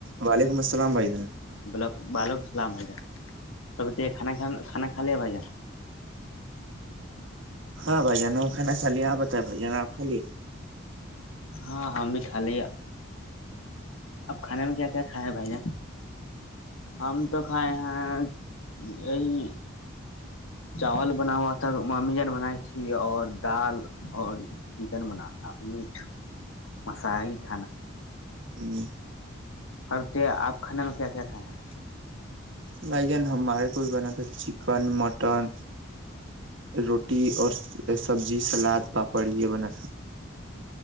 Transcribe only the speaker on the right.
وعلیکم السلام سلام بھائی جان
ہاں بھائی جانوں کھانا کھا ل آپ بت بھ جان آپ کھا لیے
ہوں
بھائی جان ہمارے کو بھی بنا تھا چکن مٹن روٹی اور سبزی سلاد پاپڑ یہ بنا تھا